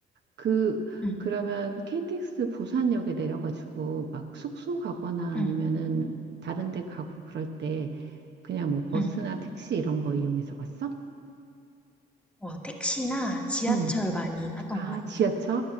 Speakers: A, on the right; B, in the centre.
A: 그,
B: 응,
A: 그러면 KTX 부산역에 내려가지고, 막, 숙소 가거나
B: 응,
A: 아니면은, 다른 데 가고 그럴 때, 그냥 뭐, 버스나
B: 응.
A: 택시 이런 거 이용해서 갔어?
B: 어, 택시나 지하철
A: 응.
B: 많이 탔던
A: 아,
B: 것 같아.
A: 지하철?